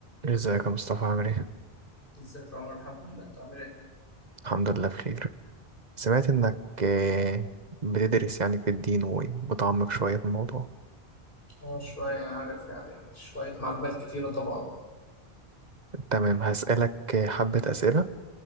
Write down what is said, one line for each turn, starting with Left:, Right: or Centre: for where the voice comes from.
Right: ازيك يا مصطفى عامل ايه؟
Left: ازيك يا عمر الحمد لله انت عامل ايه؟
Right: الحمد لله بخير سمعت انك آه، بتدرس يعني في الدين ومتعمق شوية في الموضوع
Left: اه شوية عارف يعني شوية معلومات كتيرة طبعا
Right: تمام هسألك آه، حبة أسئلة